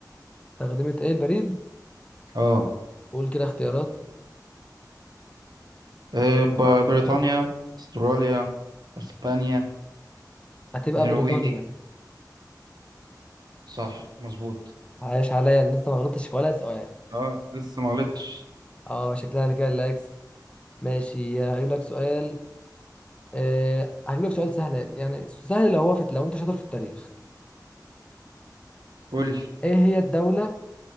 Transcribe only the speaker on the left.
استخدمت ايه البريد
قول كده اختيارات
هتبقى
بريطانيا
عايش عليا أنا لسه ما غلطتش في ولا سؤال
اه شكلها انا كده اللي هكسب ماشي هجيب لك سؤال أه هجيب لك سؤال سهل يعني سهل لو هو في لو انت شاطر في التاريخ
ايه هي الدولة